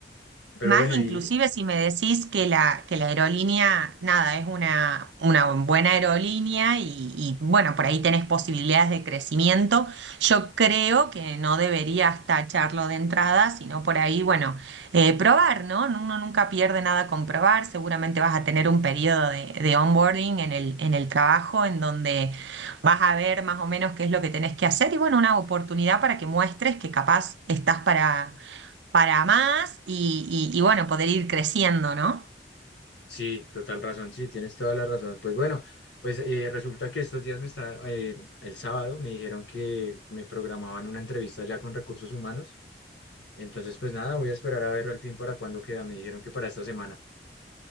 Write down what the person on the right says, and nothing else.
Más
inclusive
si me decís que la, que la aerolínea, nada, es una, una buena aerolínea y, y, bueno, por ahí tenés posibilidades de crecimiento, yo creo que no deberías tacharlo de entrada, sino por ahí, bueno, eh, probar, ¿no? Uno nunca pierde nada con probar, seguramente vas a tener un periodo de, de onboarding en el, en el trabajo en donde vas a ver más o menos qué es lo que tenés que hacer y bueno, una oportunidad para que muestres que capaz estás para para más y, y- y, bueno, poder ir creciendo, ¿no?